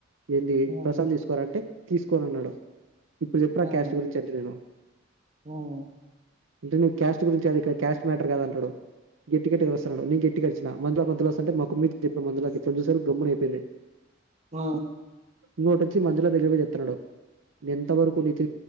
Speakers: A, on the right; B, on the right.
A: ఏంటి
B: ఉమ్
A: ప్రశాంత తీసుకోవారంటే తీసుకోనన్నాడు ఇప్పుడు చెప్పురా
B: ఉమ్
A: ఆ క్యాష్ట్ గురించి అంటునాడు
B: ఉమ్
A: అంటే నువ్ కాస్ట్ గురించి అడుగుతవ్ క్యాస్ట్ మ్యాటర్ రాదు అంటడు కద గట్టి గట్టిగ అరుస్తుండు నేను గట్టిగ అరిచిన మంచిగా మధ్యల వస్తుతుంటే మాకుమ్ చెప్పిన మందు ముసల్ది గమ్మున ఉకుందీ
B: ఆ
A: ఇంకోటిచ్చి మధ్యలో దగ్గర పోయి చెప్పాడు నేను ఎంత వరకు నీ